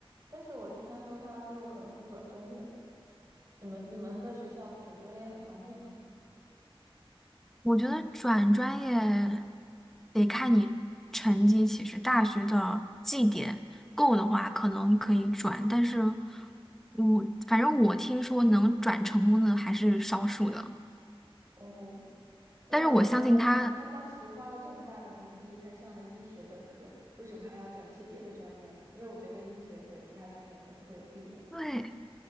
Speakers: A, on the right (about 35°); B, in the centre.
A: 但是我听他说他之后可能会转专业，你们你们的学校转专业很方便吗？
B: 我觉得转专业得看你成绩，其实大学的绩点够的话，可能可以转，但是我反正我听说能转成功的还是少数的，
A: 哦，因为我觉得他当时花了这么大的努力才上了医学本科，
B: 但是我相信他，
A: 为什么还要转去别的专业呢？因为我觉得医学和其他专业可能会有壁垒，
B: 对，